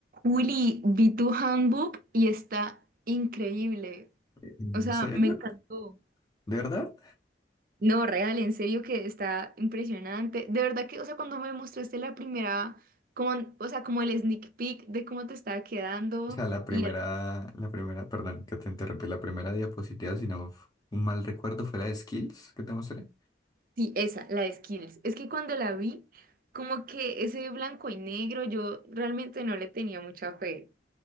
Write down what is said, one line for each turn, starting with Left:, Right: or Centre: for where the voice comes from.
Right: Willy, vi tu handbook y está increíble.
Left: ¿En
Right: O sea,
Left: serio?
Right: me encantó.
Left: ¿De verdad?
Right: No, real, en serio que está impresionante. De verdad que, o sea, cuando me mostraste la primera, como, o sea, como el sneak peek de cómo te estaba quedando
Left: O sea, la primera,
Right: y era-
Left: la primera, perdón, que te interrumpí, la primera diapositiva, si no f- un mal recuerdo, fue la de Skills que te mostré.
Right: sí, esa, la de Skills. Es que cuando la vi, como que ese blanco y negro, yo realmente no le tenía mucha fe.